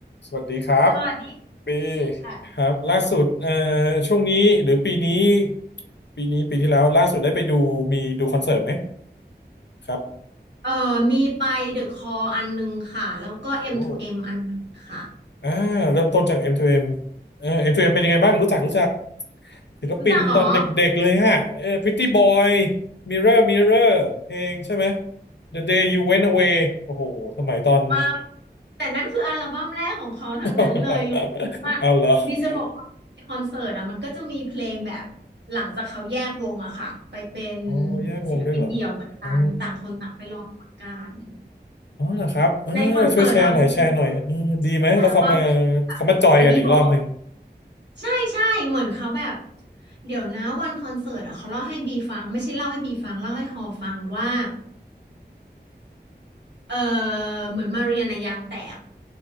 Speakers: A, on the left; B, on the right.
A: สวัสดีครับ
B: สวัสดี
A: ปี
B: ค่ะ
A: ครับล่าสุดเอ่อช่วงนี้หรือปีนี้ปีนี้ปีที่แล้วล่าสุดได้ไปดูมีดูคอนเสิร์ตไหมครับ
B: เอ่อมีไปเดอะคออันหนึ่งค่ะแล้วก็ M2M
A: โอ้
B: อมทูเอ็มอันหนึ่งค่ะ
A: อ่าเริ่มต้นจาก M2M เอมเอ่อ M2M เอ็มเป็นยังไงบ้างรู้จักรู้จักศิลปินตอนเด็กๆเลยฮะเอ่อ
B: รู้จักเหรอ
A: Pretty Boy Mirror Mirror เพลงใช่ไหม The Day You Went Away โอ้โหสมัยตอน
B: มาแต่นั่นคืออัลบั้มแรกของเขาทั้งนั้นเลยรู้ว่า
A: <laughs> เอาเหรอเอาเหรอ
B: ดีจะบอกว่าคอนเสิร์ตอะมันก็จะมีเพลงแบบหลังจากเขาแยกวงอะค่ะไปเป็น
A: อ๋อแยกวงด้วยเหรอ
B: ศิลปินเดี่ยวเหมือนกันต่างคนต่างไปรองเนกัน
A: อ๋อ อ๋อเหรอครับเออช่วยแชร์หน่อยแชร์หน่อยเออดีไหมแล้วเขามา
B: ในคอนเสิร์ตเอาจริงๆืออัลบั้มแบบ
A: เขามาจอยกันอีกรอบหนึ่ง
B: Ready Boy ใช่ใช่เหมือนเขาแบบเดี๋ยวนะวันคอนเสิร์ตอะเขาเล่าให้บีฟังไม่ใช่เล่าให้บีฟังเล่าให้ฮอฟังว่าเออเหมือนมาเรียนอะยางแตก